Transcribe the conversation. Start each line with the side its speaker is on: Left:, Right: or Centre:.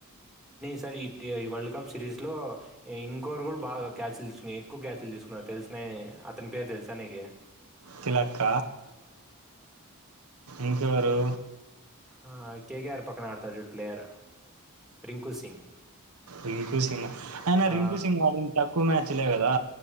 Centre: సార్ ఈ ఈ వరల్డ్ కప్ సిరీస్లో ఇంకొరు కూడా బాగా క్యాచ్లు దీసుకుని ఎక్కువ క్యాచ్లు దీసుకున్నారు తెలుసినయి అతని పేరు తెలుసా నీకు
Right: తిలక్ ఇంకెవరు
Centre: ఆ కేకయారు పక్కన ఆడతారు చు ప్లేయర్ రింకు సింగ్
Right: రింకు సింగ్ అయినా
Centre: ఆ
Right: రింకు సింగ్ ఆడింది తక్కువ మ్యాచ్లే కదా